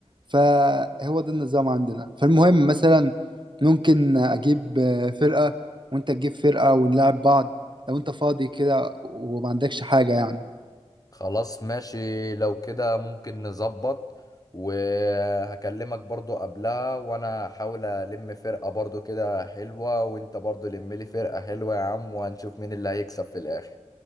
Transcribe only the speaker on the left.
خلاص ماشي لو كده ممكن نظبط وهكلمك برضو قبلها وانا هحاول الم فرقة برضو كده حلوة وانت برضو لم لي فرقة حلوة يا عم وهنشوف مين اللي هيكسب في الاخر